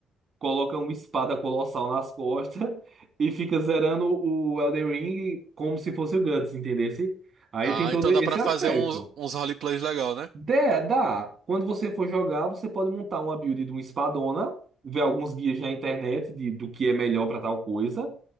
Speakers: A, on the right; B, on the right.
A: coloca uma espada colossal nas costas <laughs> e fica zerando o Elden Ring como se fosse o Guts, entendesse? Aí
B: Ah,
A: tem todo
B: então
A: esse
B: dá pra
A: aspecto.
B: fazer uns, uns roleplays legal, né?
A: Dé, dá. Quando você for jogar, você pode montar uma build de um espadona, ver alguns guias na internet de, do que é melhor pra tal coisa,